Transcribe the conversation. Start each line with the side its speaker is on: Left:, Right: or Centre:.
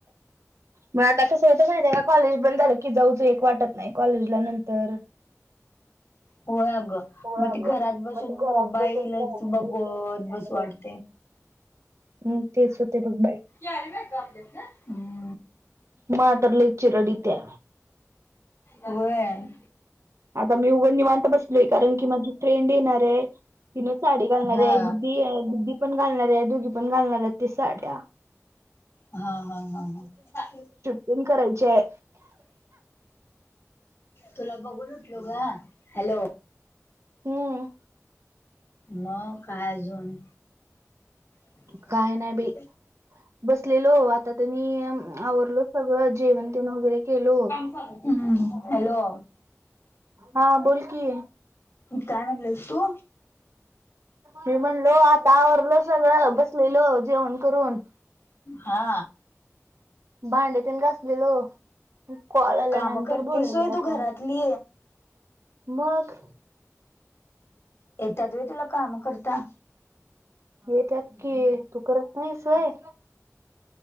Right: मग आता कसं होत माहिती आहे का कॉलेज बंद झालं की जाऊ तू एक वाटत नाही कॉलेजला नंतर.
Left: होय अगं
Right: होय
Left: मग
Right: अगं
Left: ते घरात बसून
Right: मग ते घरात
Left: मोबाईलच
Right: बसून मोबाईल
Left: बघवत बसु वाटते.
Right: हम्म तेच होत बघ बाई.
Left: <unintelligible> हम
Right: मला तर लय चिरड येत्या.
Left: व्हय.
Right: आता मी उघ निवांत बसलोय कारण की माझी फ्रेंड येणार आहे तिन साडी घालणार
Left: हा
Right: आहे गुड्डी दिदी पण घालणार आहे दोघी घालणार आहेत ते साड्या.
Left: हा हा हा हा.
Right: रूम करायचे.
Left: तुला बघून उठलो ग. हॅलो.
Right: हम्म
Left: मग काय अजून? <unintelligible>
Right: काय नाही बाई बसलेलो. आता त्यांनी आवरलो सगळं. जेवण तेण वगैरे केलो.
Left: हम्म, हॅलो.
Right: हा बोल की
Left: काय म्हणलीस तू?
Right: मी म्हणलो आता आवरलो सगळं बसलेलो जेवण करून.
Left: हा.
Right: भांडे तेन घासलेलो कॉल आल्यानंतर
Left: काम करतेस
Right: बोलायलो
Left: होय तू
Right: आता.
Left: घरातली
Right: मग
Left: येत्यात व्हय तुला काम करता?
Right: येत्यात की तू करत नाहीस व्हय?